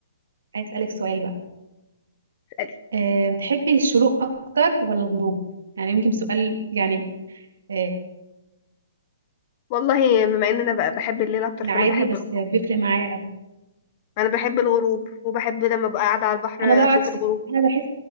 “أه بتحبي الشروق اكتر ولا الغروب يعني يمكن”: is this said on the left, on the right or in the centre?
Right